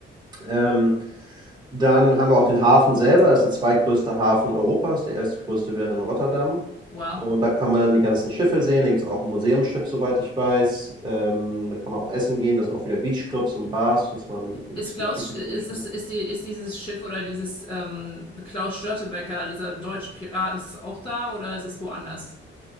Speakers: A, on the right; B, on the left.
A: Ähm, dann haben wir auch den Hafen selber, das ist der zweitgrößte Hafen Europas. Der erstgrößte wäre in Rotterdam.
B: Wow.
A: Und da kann man dann die ganzen Schiffe sehen. Da gibt es auch ein Museumsschiff, soweit ich weiß. Ähm, da kann man auch essen gehen. Da sind auch wieder Beachclubs und Bars, dass man ein
B: Ist
A: bisschen
B: Klaus,
A: Leute kennenlernen
B: ist,
A: möchte.
B: ist, ist, die, ist dieses Schiff oder dieses ähm, Klaus Störtebeker dieser deutsche Pirat, ist es auch da oder ist es woanders?